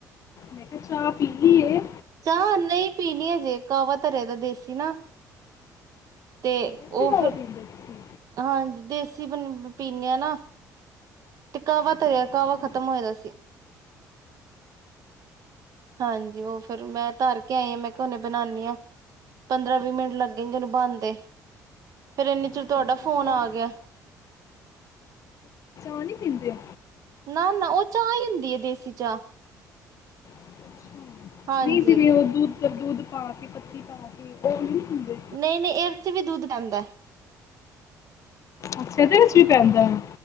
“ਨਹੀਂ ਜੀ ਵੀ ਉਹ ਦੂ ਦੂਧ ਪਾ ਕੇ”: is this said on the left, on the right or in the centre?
Left